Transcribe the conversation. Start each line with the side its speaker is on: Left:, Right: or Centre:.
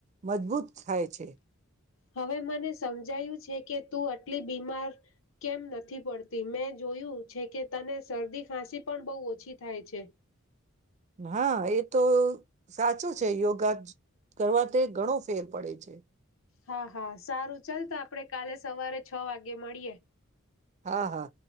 Right: મજબૂત થાય છે.
Left: હવે મને સમજાયું છે કે તું અટલી બીમાર કેમ નથી પડતી. મેં જોયું છે કે તને શરદી ખાંસી પણ બહુ ઓછી થાય છે.
Right: હા એ તો સાચું છે યોગા કરવા તે ઘણો ફેર પડે છે.
Left: હા હા સારું ચલ તો આપણે કાલે સવારે છ વાગે મળીએે.
Right: હા હા.